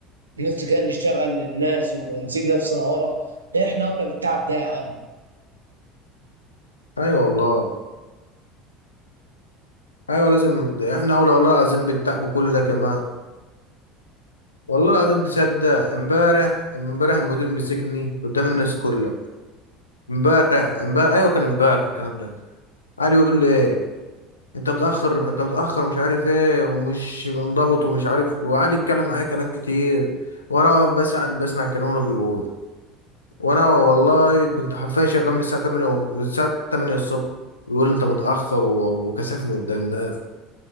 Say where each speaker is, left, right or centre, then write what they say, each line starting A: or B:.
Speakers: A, on the right; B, on the left.
A: نفسه كده نشتغل للناس ونسيب نفسنا ورا احنا اولى بالتعب ده يا عم
B: ايوه والله ايوه لازم ده احنا اولى والله العظيم بالتعب كل ده كمان والله العظيم تصدق امبارح امبارح المدير مسكني قدام الناس كلها امبارح امبارح ايوه كان امبارح الكلام ده قعد يقول لي انت متاخر انت متاخر مش عارف ايه ومش منضبط ومش عارف وقعد يتكلم معايا كلام كتير وانا بس قاعد بسمع الكلام اللي بيقول وانا والله كنت حرفيا شغال من الساعه 8 و- من الساعه 8 الصبح بيقول لي انت متاخر و- وكسفني قدام الناس